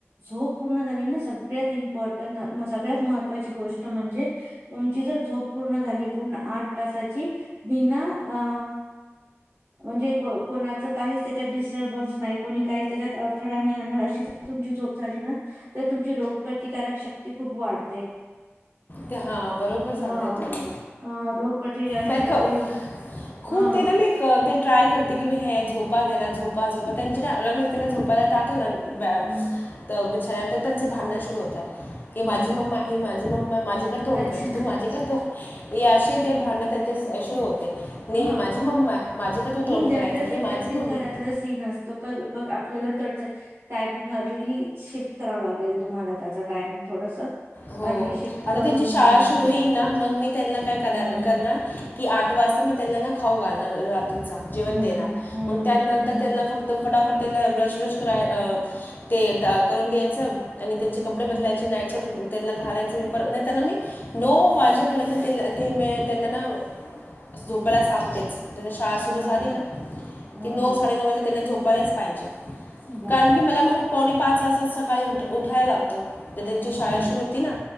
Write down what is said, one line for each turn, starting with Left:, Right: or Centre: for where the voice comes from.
Right: झोप पूर्ण झाली ना सगळ्यात इम्पॉर्टंट सगळ्यात महत्त्वाची गोष्ट म्हणजे तुमची जर झोप पूर्ण झाली पूर्ण आठ तासाची बिना अ म्हणजे कोणाचं काहीच त्याच्यात डिस्टर्बन्स नाही, कोणी काही, त्याच्यात अडथळा नाही आणणार अशी तुमची झोप झाली ना तर तुमची रोगप्रतिकारक शक्ती खूप वाढते.
Left: ते हा बरोबर सांगताय
Right: हा
Left: तुम्ही.
Right: हा रोगप्रतिकारक
Left: म
Right: शक्ती
Left: ख
Right: रुच-
Left: खूप
Right: हा
Left: दिन मी एक ते ट्राय करते की मी हे झोपा त्याला झोपा झोपा त्यांच्या मी त्याला झोपायला टाकलं लागो बिछाना
Right: हम्म
Left: त्यांच भांडणं सुरू होतात ही माझी
Right: हम्म
Left: मम्मा ही माझी मम्मा माझेकडे तोंड
Right: अच्छा
Left: कर तू माझे कर तोंड ही अशी ते भांडण त्यांचे
Right: हम्म
Left: सुरू होते नई
Right: हा
Left: माझी मम्मा आहे. माझ्याकडे तू तोंड
Right: इन जनरल
Left: करायचं ही
Right: हे प्रत्येक
Left: माझी मम्मा
Right: घरातलं
Left: आहे
Right: सीन असत. त पघ आपल्याला चड टायमिंग अर्ली शिफ्ट कराव लागेल तुम्हाला. त्याचा टाइमिंग थोडस
Left: हो
Right: अर्ली शिफ्ट
Left: आता
Right: करून
Left: त्यांची शाळा
Right: ह
Left: सुरू होईल ना मग मी त्यांना काय
Right: हम्म
Left: करणार की आठ वाजता मी त्यांना ना खाऊ घालणार रातीच जेवण
Right: हम्म
Left: देणार
Right: हम्म
Left: मग त्यानंतर
Right: हम्म हम्म
Left: त्यांना फक्त तो फटाफट त्याला ब्रश ब्रश कराय
Right: हम्म
Left: ते करून द्यायच आणि त्यांचे
Right: हम्म
Left: कपडे बदलायची नाईटसूट त्यांना घालायचं मी पर नाही त्यांना मी नऊ वाजेपर्यंत ते म त्यांना ना झोपायला सांगतेच त्याची शाळा सुरू
Right: हम्म
Left: झाली
Right: हम्म
Left: ना.
Right: हम्म
Left: की नऊ साडेनऊ वाजे त्यांना झोपायलाच पाहिजे.
Right: बराबर
Left: कारण की मला मग पावणे पाच वाजता सकाळी उठ उठायला लागत. तर त्यांची
Right: हम्म
Left: शाळा
Right: हम्म
Left: सुरू होती ना